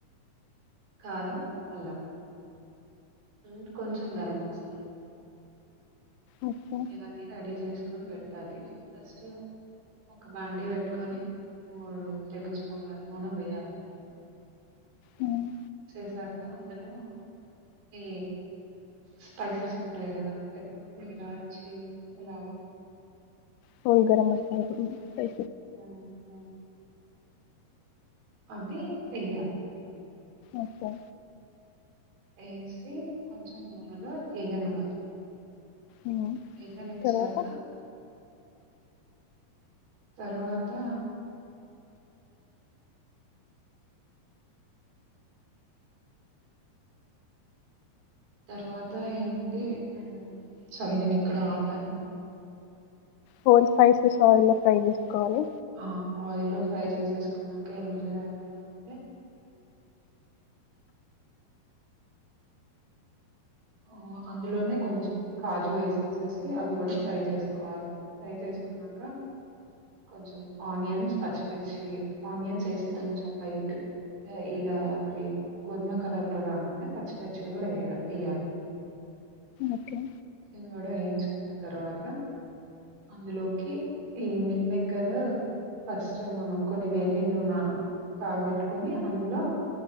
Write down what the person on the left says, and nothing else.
ఓకే
ఉమ్
హోల్ గరం మసాలా లు స్పై
ఓకే
ఉమ్.
తర్వాత
హోల్ స్పైసెస్ ఆయిల్ లో ఫ్రై చేసుకోవాలి
ఓకే